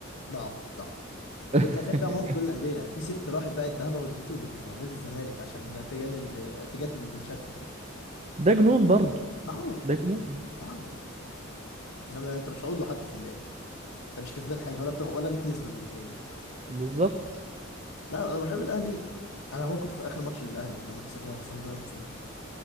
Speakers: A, on the left; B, on the right.
A: ده عبط ده عبط
B: <laughs>
A: وانت هتلاقي ده عموما في كل الانديه في ست راحت باعت ذهبها واديته لنادي الزمالك عشان تجنن ل- تجدد لبن شرقي
B: ده جنون برضه
A: ده عبط
B: ده جنون
A: ده عبط انما انت مش عضو حتى في النادي انت مش كسبان حاجه ولا بتاع ولا ليك نسبه من النادي
B: بالظبط
A: لا انا بحب الاهلي انا عموما كنت في اخر ماتش للاهلي لما خسرنا صن داونز ده